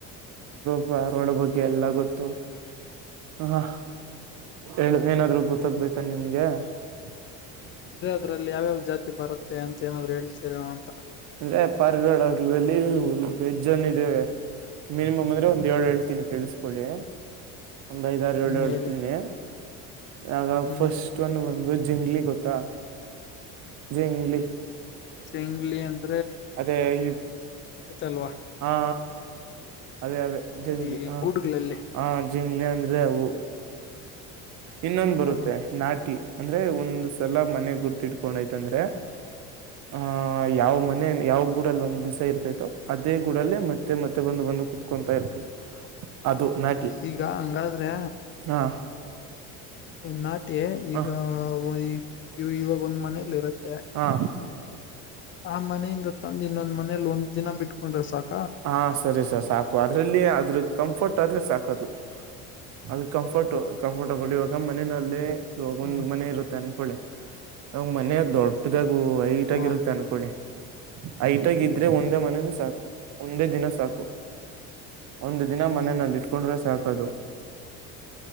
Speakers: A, on the right; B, on the left.
A: ದಾರವಾಡ ಬಗ್ಗೆ ಎಲ್ಲ ಗೊತ್ತು ಹ ಹೇಳ ಏನಾದ್ರೂ ಗೊತ್ತಾಗಬೇಕು ನಿಮ್ಗೆ ಹ್ಮ ಹ್ಮ್
B: ಇದ್ರಲ್ಲಿ ಯಾವ್ಯಾವ ಜಾತಿ ಬರುತ್ತೆ ಅಂತ ಏನಾದ್ರು ಹೇಳ್ೀರ ಅಂತ.
A: ಇ ಪ <unintelligible> ಕಡದಲ್ಲಿ ವೆಜ್ ಅನ್ ಇದೆ ಮಿನಿಮಮ್ ಅಂದ್ರೆ ಒಂದ್ ಏಳು ಹಳ್ತೀನಿ ಕೇಳಿಸ್ಕೊಳ್ಳಿ. ಒಂದ್ ಐದಾರು ಏಳ್ು
B: ಹ್ಮ್
A: ಹೇಳ್ತೀನಿ.
B: ಹೇಳಿ
A: ಆಗ
B: ಹ್ಮ್
A: ಫಸ್ಟ್ ಒನ್ ಬಂದು. ಜಿಿಂದ್ಲಿ ಗೊತ್ತಾ. ಜಿಂಗಲಿ.
B: ಶೇಂಗ್ಲಿ ಅಂತ.
A: ಅದೇ ಈ
B: ಅಲ್ವಾ
A: ಹ ಅದೇ ಅದೇ ಜಂಗ್ಲಿ
B: ಈ
A: ಹ
B: ಗೂಡುಗಳಲ್ಲಿ
A: ಹ ಜಂಗ್ಲಿ ಅಂದ್ರೆ ಹವು. ಇನ್ನೊಂದು್ ಬರುತ್ತೆ
B: ಹ
A: ನಾಟಿ. ಅಂದ್ರೆ ಒಂದ ಸಲ ಮನೆ ಗುರ್ತಿಟ್ಕೊಂಡೈ್ತಂದ್ರೆ ಆಹ ಯಾವ ಮನೆ. ಯಾವ ಗೂಡ ಅ ಒಂದ ದಿವಸ ಇರ್ತೈತೋ ಅದೇ. ಕೂಡಲ್ಲಿ ಮತ್ತೆ ಮತ್ತೆ ಬಂದು ಬಂದು. ಕೊಂತಾ ಇರ್ತ ಅದು ನಾಟಿ
B: ಈಗ ಹಂಗಾದ್ರೆ
A: ಹಾ.
B: ನಾ. ಮತ್ತ
A: ಹ
B: ಈಗ ವು ಇವಾಗ ಒಂದ್ ಮನೆಯಲ್ಲಿ ಇರುತ್ತೆ.
A: ಹಾ.
B: ಆ ಮನೆಯಿಂದ ತಂದ ಇನ್ನೊಂದ್ ಮನೇಲಿ ಒಂದ್ ದಿನ ಬಿಟ್ಕೊಂಡ್ರೆ ಸಾಕು.
A: ಹಾ ಸರಿ ಸರ್ ಸಾಕು ಅದ್ರಲ್ಲಿ ಆದ್ರ. ಕಂಫರ್ಟ್ ಆದ್ರೆ ಸಾಕದು ಅ್ರ ಕಂಫರ್ಟ್ ಕಂಫರ್ಟಬಲ್ ಇವಾಗ ಮನೆಯಲ್ಲೇ. ಇವಾಗೊಂದು
B: ಹ್ಮ್
A: ಮನೆ ಇರುತ್ತೆ ಅನ್ಕೊಳ್ಳಿ. ನ್ ಮನ. ದೊಡ್ಡದಾಗು ಹೈಟ್
B: ಹಾ
A: ಆಗಿರುತ್ತೆ ಅನ್ಕೊಳ್ಳಿ. ಆಯ. <unintelligible> ಟ್ಟಗ ಇದ್ರೆ ಒಂದೇ ಮನೇನುೂ ಸಾಕು. ಒಂದೇ ದಿನ ಸಾಕು ಒಂದ ದಿನ ಮನಲ್ಲಿ
B: ಹ್ಮ್
A: ಇಟ್ಕೊಂಡ್ರೆ. ಸಾಕದು